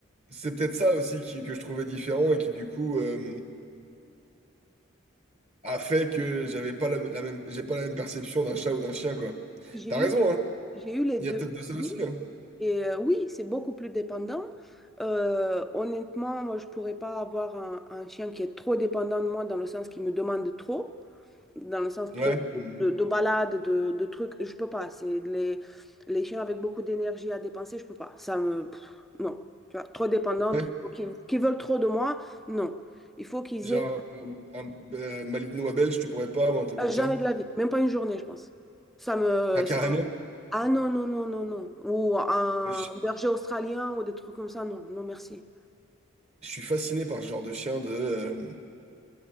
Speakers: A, on the right; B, in the centre.
A: c'est peut-être ça aussi qui- que je trouvais différent et qui du coup euh, a fait que j'avais pas la, la même, j'ai pas la même perception d'un chat ou d'un chien, quoi.
B: J'ai
A: T'as
B: eu,
A: raison,
B: les-
A: hein.
B: j'ai eu les
A: Il
B: deux
A: y a peut-être de
B: aussi.
A: ça aussi. hein.
B: Et euh, oui, c'est beaucoup plus dépendant. Euh, honnêtement, moi, je ne pourrais pas avoir un, un chien qui est trop dépendant de moi dans le sens qu'il me demande trop, dans le sens
A: Ouais.
B: trop
A: Mhm.
B: de, de balades, de, de trucs. Je peux pas. C'est les, les chiens avec beaucoup d'énergie à dépenser, je peux pas. Ça me... pff, non. Tu vois, trop dépendant,
A: Ouais.
B: trop, qui, qui veulent trop de moi, non. Il faut qu'ils
A: Genre
B: aient
A: euh, un, euh, malinois belge, tu pourrais pas ou un truc comme
B: jamais
A: ça.
B: de la vie, même pas une journée, je pense. Ça me...
A: Ah, carrément.
B: Ah non, non, non, non, non. Ou un
A: Je,
B: berger australien ou des trucs comme ça, non, non, merci.
A: je suis fasciné par ce genre de chien de euh,